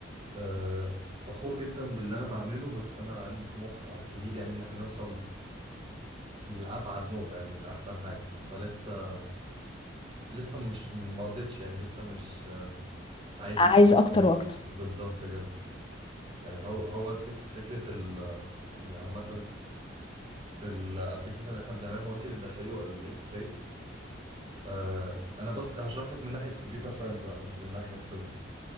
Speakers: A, on the right (about 30°); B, on the left (about 25°).
A: آه، فخور جدا باللي انا بعمله بس انا عندي طموح كبير يعني ان احنا نوصل لابعد نقطة يعني لاحسن حاجة فلسه لسه مش مرضتش يعني لسه مش آه، عايز
B: عايز
A: نكمل
B: اكتر
A: في الهندسة
B: واكتر
A: بالظبط كده يعني هو هو الفك فكرة ال يعني عامة الابلكيشن اللي احنا بنعمله هو انت بتدخليه الاكس راي آه، انا بس هشرح لك من ناحية كمبيوتر ساينس بقى مش من ناحية طب